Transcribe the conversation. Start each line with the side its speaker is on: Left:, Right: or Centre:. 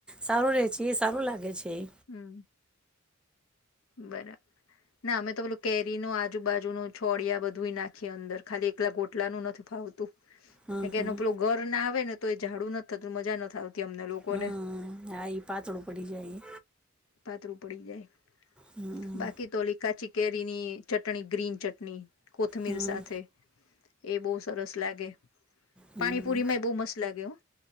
Centre: સારું રે છે, એ સારું લાગે છે. એ
Left: હમ. બરાબર! ના અમે તો પેલું, કેરીનું આજુબાજુ નું છોડિયા બધું નાખીએ અંદર, ખાલી એકલા ગોટલાનું નથી ફાવતું.
Centre: હમ
Left: કેમ કે,
Centre: હમ
Left: એનું પેલું ગર ના આવે ને તો એ ઝાડું નથ થતું. મજા નથ આવતી અમને લોકોને
Centre: હમ હા એ પાતળું પડી જાય.
Left: પાતરું પડી જાય. <inaudible>
Centre: હમ
Left: બાકી તો, ઓલી કાચી કેરીની ચટણી ગ્રીન ચટની. કોથમીર
Centre: હમ
Left: સાથે એ બોવ સરસ લાગે.
Centre: હમ
Left: પાણીપુરી માય બહુ મસ્ત લાગે હો,